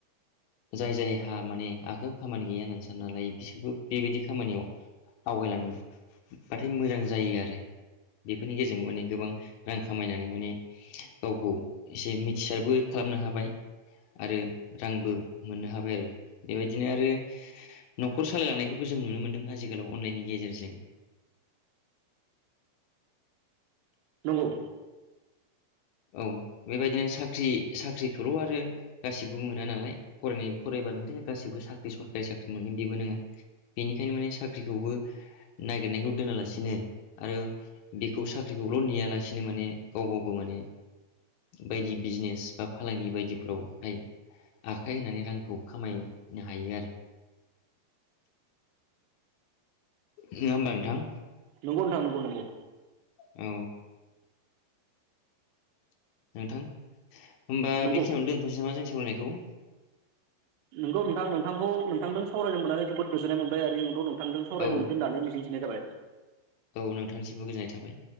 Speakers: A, on the left; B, on the right.
A: जाय जाय हा माने आखायाव खामानि गैया होननानै सानना लायो बिसोरबो बेबायदि खामानियाव आवगायलांबाथाय मोजां जायो आरो बेफोरनि गेजेरजोंबो माने गोबां रां खामायनानै माने गावखौ एसे मिथिसारबो खालामनो हाबाय आरो रांबो मोननो हाबाय आरो बेबायदिनो आरो न'खर सालायलांनायखौबो जों नुनो मोनदों आजिखालाव अनलाइननि गेजेरजों
B: नंगौ
A: औ बेबायदिनो साख्रि साख्रिखौल' आरो गासैबो मोना नालाय फरायनाय फरायबानोथो गासिबो साख्रि सरखारि साख्रि मोनगोन बेबो नोङा बेनिखायनो माने साख्रिखौबो नागिरनायखौ दोनालासिनो आरो बेखौ साख्रिखौल' नेयालासिनो माने गाव गावबो माने बायदि बिजनेस बा फालांगि बायदिफोरावहाय आखाइ होनानै रांखौ खामायनो हायो आरो। नङा होमबा नोंथां
B: नोंगौ नथां नोंगौ नोंगौ
A: औ नोंथां होमबा
B: नंगौ
A: बेखिनियाव दोनथ'सै ना जों सा सावरानायखौ
B: नोंगौ नोंथां नोंथांखौ नोंथांजों सावरायनो मोननानै जोबोद गोजोननाय मोनबाय आरो इउनाव नों नोंथांजों सावरायनो
A: औ
B: मोनगोन होननानै मिजिंथिनाय जाबाय
A: औ नोंथांनिसिमबो गोजोननाय थाबाय